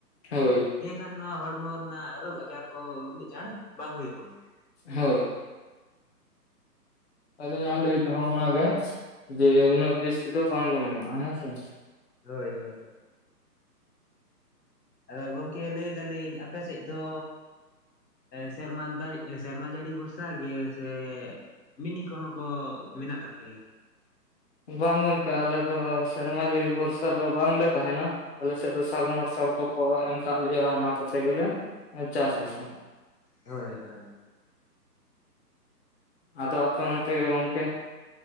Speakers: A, on the left; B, on the left.
A: ᱦᱳᱭ ᱾
B: ᱤᱱᱟᱹᱠᱷᱟᱱ ᱱᱚᱣᱟ ᱦᱚᱲᱢᱚ ᱨᱮᱱᱟᱜ ᱨᱳᱜᱽ ᱟᱡᱟᱨ ᱠᱚ ᱩᱱᱟᱹᱜ ᱪᱟᱬ ᱵᱟᱝ ᱦᱳᱭᱳᱜ ᱛᱟᱵᱚᱱᱟ ᱾
A: ᱦᱳᱭ ᱾ ᱟᱞᱤᱧᱟᱜ ᱞᱟᱹᱭ ᱛᱮᱦᱚ ᱚᱱᱟ ᱜᱮ ᱡᱮ ᱩᱱᱟᱹᱜ ᱡᱟᱹᱥᱛᱤ ᱫᱚ ᱵᱟᱝᱵᱚᱱ ᱮᱢᱟᱜᱼᱟ ᱦᱮᱸᱥᱮ ᱾
B: ᱦᱳᱭ ᱦᱳᱭ ᱾ ᱟᱫᱚ ᱜᱚᱝᱠᱮ ᱞᱟᱹᱭ ᱫᱟᱞᱤᱧ ᱟᱯᱮ ᱥᱮᱫ ᱫᱚ ᱮ ᱥᱮᱨᱢᱟ ᱫᱟᱹᱲᱤ ᱥᱮᱨᱢᱟ ᱡᱟᱹᱲᱤ ᱵᱷᱚᱨᱥᱟ ᱜᱮ, ᱥᱮ ᱢᱤᱱᱤ ᱠᱚᱦᱚᱸ ᱠᱚ ᱢᱮᱱᱟᱜ ᱛᱟᱯᱮᱭᱟ?
A: ᱵᱟᱝ ᱜᱚᱝᱠᱮ ᱟᱞᱮ ᱫᱚ ᱥᱮᱨᱢᱟ ᱡᱟᱹᱲᱤ ᱵᱷᱚᱨᱥᱟ ᱫᱚ ᱵᱟᱝᱞᱮ ᱛᱟᱦᱮᱱᱟ ᱾ ᱟᱞᱮ ᱥᱮᱫ ᱫᱚ ᱥᱟᱞ ᱢᱟᱨᱥᱟᱞ ᱠᱚᱠᱚ ᱮᱢ ᱟᱠᱟᱫ ᱞᱮᱭᱟ ᱚᱱᱟ ᱠᱚᱛᱮ ᱜᱮᱞᱮ ᱮ ᱪᱟᱥ ᱵᱟᱥᱟ ᱾
B: ᱦᱳᱭ ᱦᱳᱭ ᱾
A: ᱟᱫᱚ ᱟᱯᱮ ᱚᱱᱛᱮ ᱜᱮ ᱜᱚᱢᱠᱮ?